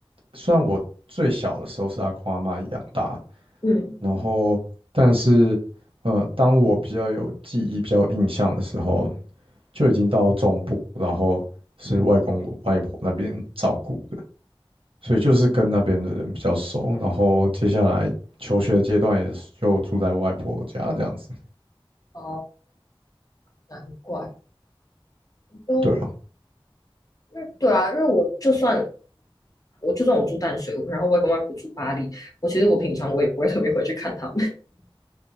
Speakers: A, on the right (about 70°); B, on the left (about 40°).
A: 虽然我最小的时候是阿公阿嬷养大，
B: 嗯，
A: 然后但是呃，当我比较有记忆、比较有印象的时候，就已经到中部，然后是外公外婆那边照顾的，所以就是跟那边的人比较熟。然后接下来求学的阶段也是就住在外婆家这样子，
B: 哦，呃难怪，就
A: 对啊。
B: 因为对啊，因为我就算我就算我住淡水，然后外公外婆住巴黎，我其实我平常我也不会特别回去看他们。<laughs>